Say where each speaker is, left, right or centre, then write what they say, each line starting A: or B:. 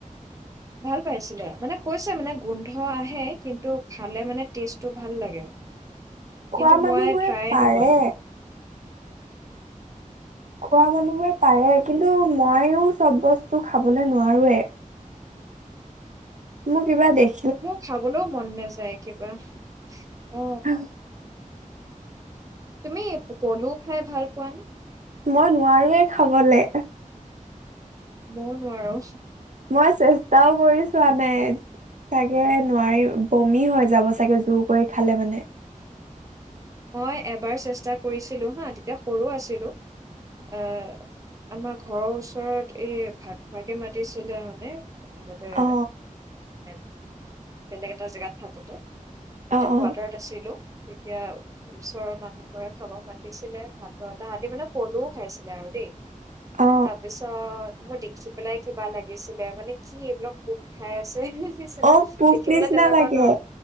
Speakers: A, on the right (about 25°); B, on the right (about 60°).
A: ভাল পাইছিলে, মানে কৈছে মানে গোন্ধ আহে কিন্তু খালে মানে টেষ্টটো ভাল লাগে।
B: খোৱা
A: কিন্তু
B: মানুহবোৰে
A: মই ট্ৰায়ে
B: পাৰে
A: নকৰিলোঁ
B: খোৱা মানুহে পাৰে কিন্তু মইও চব বস্তু খাবলৈ নোৱাৰোৱে মোক কিবা দেখ
A: মোৰ খাবলৈও মন নাযায়। কিবা। অ
B: আহ।
A: তুমি পলু খাই ভাল পোৱানে?
B: মই নোৱাৰোয়ে খাবলে।
A: মইও নোৱাৰোঁ
B: মই চেষ্টাও কৰিছোৱা নাই চাগে নোৱাৰি বমি হৈ যাব চাগে জোৰ কৰি খালে মানে
A: মই এবাৰ চেষ্টা কৰিছিলো হা তেতিয়া সৰু আছিলো। অ আমাৰ। ঘৰৰ ওচৰত এই ভাত খোৱাকে মাতিছিলে মানে আগতে।
B: অ
A: মানে বেলেগ এটা জেগাত থাকোতে। তাতে
B: অ অ
A: কোৱাৰ্টাৰত আছিলো। তেতিয়া। ওচৰৰ মানুহ ঘৰে খাব মাতিছিলে ভাতৰ তাহতি মানে পলুও খাইছিলে আৰু দেই।
B: অ
A: তাৰপিছত মোৰ দেখি পেলাই কিবা লাগিছিলে মানে কি এইবিলাক পোক খাই আছে। নিচিনা
B: অ পোক
A: দেখিবলৈ
B: নিচিনা
A: তেনেকুৱা
B: লাগে
A: ন